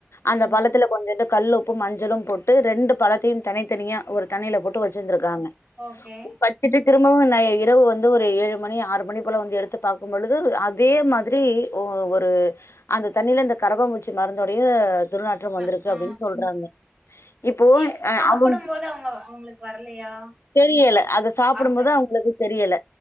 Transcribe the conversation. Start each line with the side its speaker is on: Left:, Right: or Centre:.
Left: அந்த
Right: ம்.
Left: பழத்துல கொஞ்சூண்டு கல்லுப்பும் மஞ்சளு போட்டு ரெண்டு பழத்தையும் தனித்தனியா ஒரு தண்ணில போட் ட்டு வச்சிருந்திருக்காங்க
Right: ஓகே.
Left: ப வெச்சுட்டு திரும்பவு நா இரவு வந்து ஒரு ஏழு மணி ஆறு மணி போல வந்து எடுத்து பார்க்கும்பொழுது அதே மாதிரி ஓ ஒரு அந்த தண்ணியில இந்த கரப்பாபூச்சி மருந்தோடைய துர்நாற்றம் வந்திருக்கு
Right: ந ஆ
Left: அப்டின் சொல்றாங்க இப்போ
Right: எ சாப்பிடும்போது
Left: அவுங்
Right: அவங்க அவங்களுக்கு வரலையா?
Left: தெரியல அத சாப்டம்போது
Right: ஆத்த
Left: அவுங்ளுக்கு தெரியல